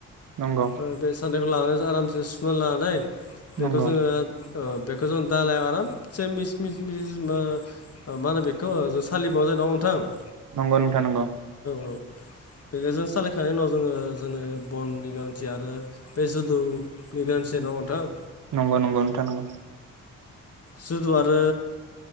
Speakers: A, on the right; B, on the left.
A: नंगौ
B: ओ बे सान बेखौ लानानैसो आरामसे सुना लानाय बेखौ
A: नंगौ
B: जोङो बेखौ जों दालायाव आराम एसे मिस मिस मिस मा होनो बेखौ जों सालिबावनाय जायो नङा ओमबा नोंथां
A: नंगौ नोंथां नंगौ
B: औ बेखौ जों सालायखांनायनि उनाव जोङो जोङो बननि गोनांथि आरो बे जुदौनि गोनांथि जायो नङा ओमबा नोंथां
A: नंगौ नंगौ नोंथां नंगौ
B: जोदु आरो